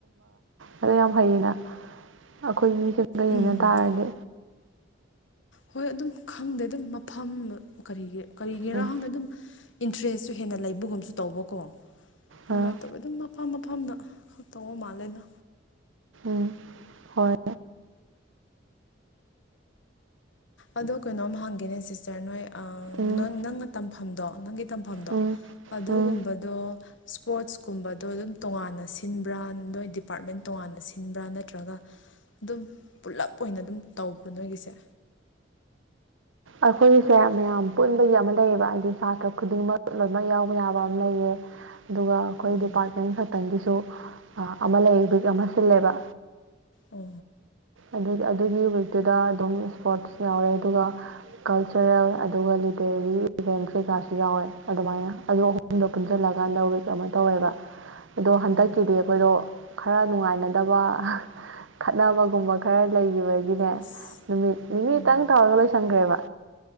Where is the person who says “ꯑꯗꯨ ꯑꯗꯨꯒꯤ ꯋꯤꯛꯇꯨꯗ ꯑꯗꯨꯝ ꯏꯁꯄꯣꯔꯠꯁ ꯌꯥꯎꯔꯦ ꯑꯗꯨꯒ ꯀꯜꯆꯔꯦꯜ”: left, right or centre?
Right